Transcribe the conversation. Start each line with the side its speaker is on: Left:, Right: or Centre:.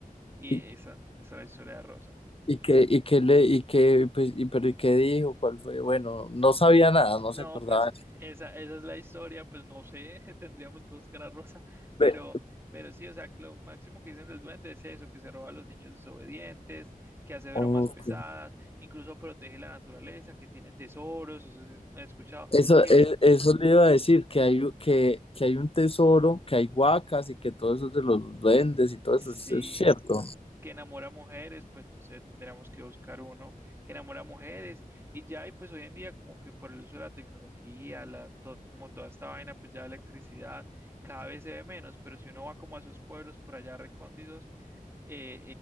Right: Y
Left: ¿Y,
Right: esa, esa es la historia de Rosa.
Left: y qué, y qué le, y qué, pues, y, pero, ¿y qué dijo? ¿Cuál fue? Bueno, no sabía nada,
Right: No,
Left: no se acordaba.
Right: pues esa, esa es la historia, pues no sé, <laughs> tendríamos que buscar a Rosa, pero,
Left: Ve-
Right: pero sí, o sea, lo máximo que dicen del duende es eso, que se roba a los niños desobedientes, que hace bromas
Left: ok.
Right: pesadas, incluso protege la naturaleza, que tiene tesoros, eso sí es- me he escuchado,
Left: Eso,
Right: que
Left: e- eso le iba a decir, que hay, u- que, que hay un tesoro, que hay huacas y que todo eso es de los duendes y todo
Right: sí,
Left: eso, eso es cierto.
Right: que enamora mujeres, pues no sé, tendríamos que buscar uno que enamora mujeres y ya, y pues hoy en día como que por el uso de la tecnología, la, to- como toda esta vaina, pues ya la electricidad cada vez se ve menos, pero si uno va como a esos pueblos por allá recóndidos, eh,